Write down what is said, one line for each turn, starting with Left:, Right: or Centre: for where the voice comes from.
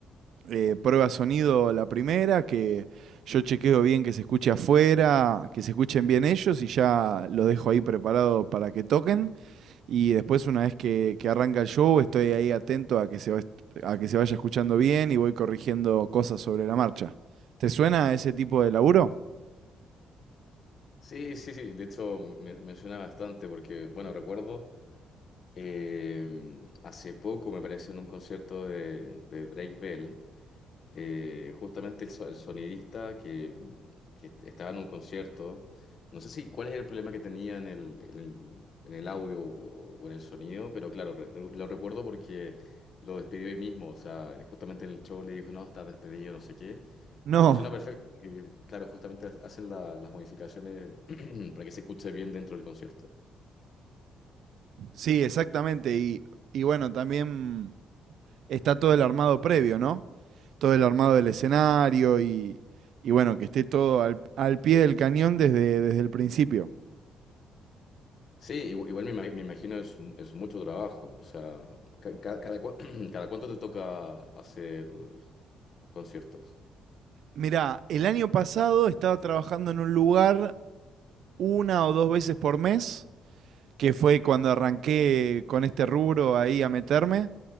Right: eh, prueba sonido la primera, que yo chequeo bien que se escuche afuera, que se escuchen bien ellos y ya lo dejo ahí preparado para que toquen. Y después, una vez que, que arranca el show, estoy ahí atento a que, se va a que se vaya escuchando bien y voy corrigiendo cosas sobre la marcha. ¿Te suena ese tipo de laburo?
Left: Sí, sí, sí. De hecho, me, me suena bastante porque, bueno, recuerdo. Eh, hace poco me parece en un concierto de, de Drake Bell, eh, justamente el, so- el sonidista que, que est- estaba en un concierto, no sé si cuál es el problema que tenía en el, en el, en el audio o, o en el sonido, pero claro, re- lo recuerdo porque lo despidió hoy mismo, o sea, justamente en el show le dijo, no, estás despedido, no sé qué,
Right: No,
Left: pero me suena perfecto, porque claro, justamente hacen la- las modificaciones <clears throat> para que se escuche bien dentro del concierto.
Right: sí, exactamente. Y, y bueno, también está todo el armado previo, ¿no? Todo el armado del escenario y, y bueno, que esté todo al, al pie del cañón desde, desde el principio.
Left: Sí, igu- igual me, ima- me imagino es, mu- es mucho trabajo. O sea, ca- ca- cada, cua- <clears throat> cada cuánto te toca hacer conciertos.
Right: Mirá, el año pasado estaba trabajando en un lugar una o dos veces por mes, que fue cuando arranqué con este rubro ahí a meterme.